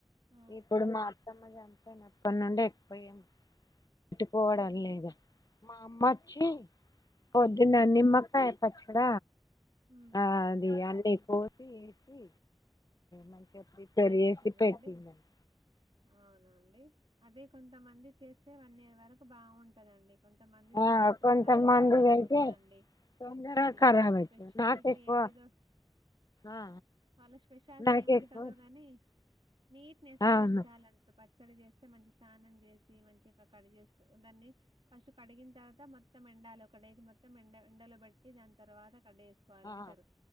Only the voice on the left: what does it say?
ఇప్పుడు మా అత్తమ్మ జ నప్పడి నుండి <unintelligible> పెట్టుకోవడం
లేదు మా అమ్మ వచ్చి పొద్దున
నిమ్మ కాయ పచ్చడ
ఆ అది అండి కోసి వేసి మంచిగా ప్రిపేర్
చేసి పెట్టిందండి
ఆ
కొంతమందిది
అయితే తొందరగా
ఖరాబ్
అయితది
నాకు ఎక్కువ
ఆ
నాకు
ఎక్కువ
అవును
ఆ